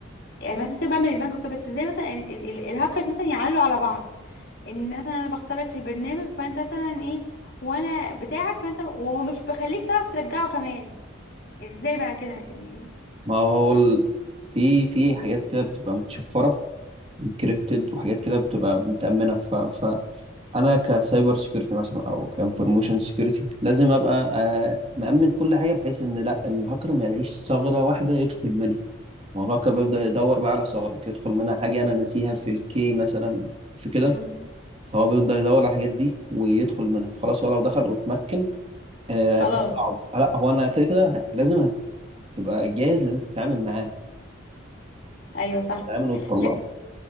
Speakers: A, on the left (about 55°); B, on the right (about 30°).
A: يعني مثلا سيبك بقى من البنك وكده بس ازاي مثلا ال- ال- ال- الهاكرز مثلا يعلوا على بعض ان مثلا انا بختار لك البرنامج فانت مثلا ايه وانا بتاعك فانت ومش بخليك تعرف ترجعه كمان ازاي بقى كده يعني
B: ما هو ال... في في حاجات كده بتبقى متشفرة انكريبتد وحاجات كده بتبقى متأمنة ف... فأنا كسايبر سيكيورتي مثلا أو كانفورميشن سيكيورتي لازم أبقى آه، مأمن كل حاجة بحيث إن لا الهاكر ما يلاقيش ثغرة واحدة يدخل منها ما هو الهاكر بيفضل يدور بقى على ثغرات يدخل منها حاجة أنا ناسيها في الكي مثلا في كده
A: امم
B: فهو بيفضل يدور على الحاجات دي ويدخل منها فخلاص هو لو دخل واتمكن آه،
A: خلاص
B: هيبقى صعب لا هو انا كده كده لازم هتبقى جاهز ان انت تتعامل معاه
A: ايوه صح
B: تتعامل وتطلعه
A: لك-